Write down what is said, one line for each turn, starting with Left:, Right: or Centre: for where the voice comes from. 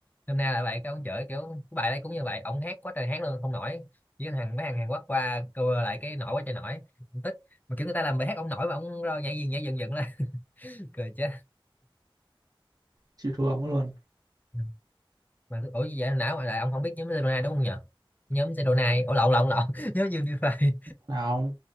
Left: hôm nay lại vậy cái ông chửi kiểu cái bài đấy cũng như vậy ông hát quá trời hát luôn không nổi chỉ có thằng mấy thằng Hàn Quốc qua cover lại cái nổi quá trời nổi Ông tức mà kiểu người ta làm bài hát ông nổi mà ông rơi nhảy dựng nhảy dựng dựng lên <laughs> cười chết
Right: chịu thua ông ấy luôn
Left: ừ. mà ủa gì vậy não mà lại ông không biết nhóm Sedona đúng không nhỉ nhóm Sedona ủa lộn lộn lộn <laughs> nhóm Unify
Right: nào không